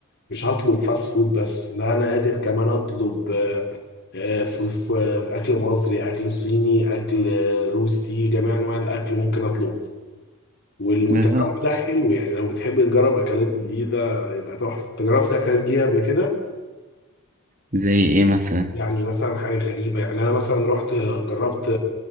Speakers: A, on the left (about 50°); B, on the right (about 35°).
A: مش هطلب فاست فود بس لا انا قادر كمان اطلب آه، آه، ف- ف- اكل مصري اكل صيني اكل آه، روسي جميع انواع الاكل ممكن اطلبه وال- والتنوع
B: بالظبط
A: ده حلو يعني لو بتحب تجرب اكلات جديده يبقى تحفه تجربت اكلات جديده قبل كده
B: زي ايه مثلا
A: يعني مثلا حاجة غريبة يعني أنا مثلا رحت جربت